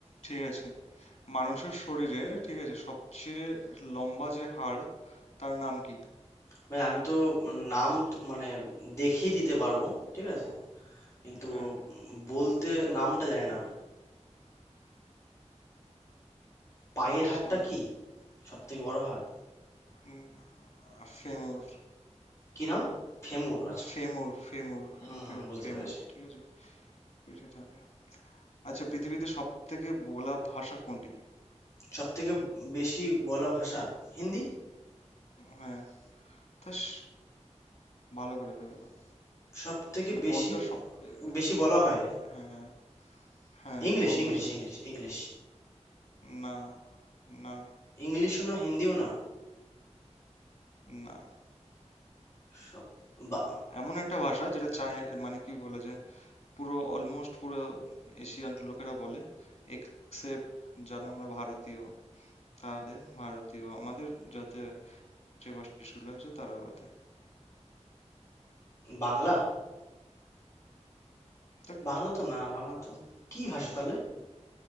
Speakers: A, on the left; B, on the left.
A: ঠিক আছে মানুষের শরীরে ঠিক আছে সবচেয়ে লম্বা যে হাড় তার নাম কি
B: মানে আমি তো নাম তো মানে দেখিয়ে দিতে পারবো ঠিক আছে কিন্তু
A: হ্যাঁ
B: বলতে নামটা জানি না আমি পায়ের
A: আচ্ছা
B: হাড়টা কি সব থেকে বড় হাড়
A: উম, ফেমur
B: কি নাম? ফেমুর আচ্ছা
A: ফেমur ফেমur ফে-
B: হুম
A: ফে-
B: হুম বুঝতে
A: ফেমur
B: পেরেছি
A: ঠিক আছে পিঠে থাকে আচ্ছা পৃথিবীতে সব থেকে বলা ভাষা কোনটি
B: সবথেকে বেশি বলা ভাষা হিন্দি
A: হ্যাঁ তাস ভালো করে ভেবে বল।
B: সবথেকে
A: মানে
B: বেশি
A: কোনটা সব
B: বেশি বলা
A: হ্যাঁ
B: হয়
A: হ্যাঁ হ্যাঁ
B: ইংলিশ
A: কোন
B: ইংলিশ
A: ভাষা
B: ইংলিশ ইংলিশ
A: না না
B: ইংলিশও না হিন্দিও না
A: না
B: সব বা-
A: এমন একটা ভাষা যেটা চায় মানে কি বলে যে পুরো অলমোস্ট পুরো এশিয়ান লোকেরা বলে এক্সেপ্ট যারা আমরা ভারতীয় তাদের ভারতীয় আমাদের যাতে যে ভাষা দেশগুলো আছে তারা বলে
B: বাংলা
A: বাট
B: বাংলা তো না বাংলা তো কি ভাষা তাহলে